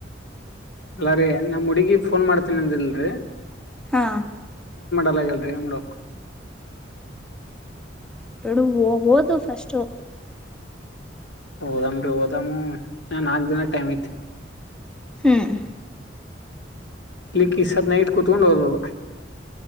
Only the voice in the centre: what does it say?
ಹಾ
ಬಿಡು ಓದು ಪಸ್ಟು
ಹ್ಮ್